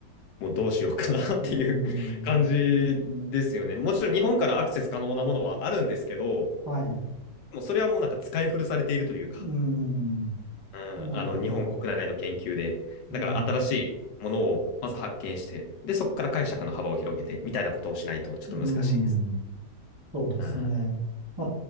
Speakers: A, on the left; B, on the right.
A: もうどうしようかな
B: うん。
A: <laughs> っていう <laughs> 感じですよね。もちろん日本からアクセス可能なものはあるんですけど、
B: はい。
A: もうそれはもうなんか使い古されているというか、
B: うん。
A: うん、
B: なるほど。
A: あの、日本国内の研究で。
B: うん。
A: だから新しいものをまず発見して、で、そこから解釈の幅を広げて、みたいなことをしないとちょっと難しいです。
B: うん。そうですね。
A: うん、は
B: ま